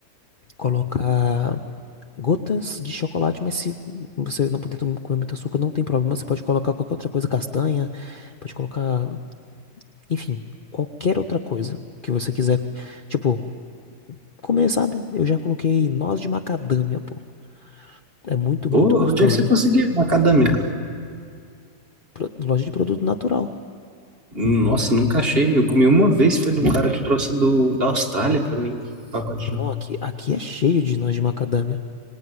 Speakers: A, on the left; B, on the right.
A: colocar gotas de chocolate, mas se você não puder tom- comer muito açúcar, não tem problema. Você pode colocar qualquer outra coisa, castanha, pode colocar, enfim, qualquer outra coisa que você quiser. Tipo, comer, sabe? Eu já coloquei noz de macadâmia, pô. É muito, muito
B: Ô,
A: gostoso.
B: onde é que você conseguiu macadâmia?
A: Pro- Loja de produto natural.
B: Nossa, nunca achei. Eu comi uma vez, foi de um cara que trouxe do, da Austrália pra mim, um pacotinho.
A: Não, aqui, aqui é cheio de noz de macadâmia.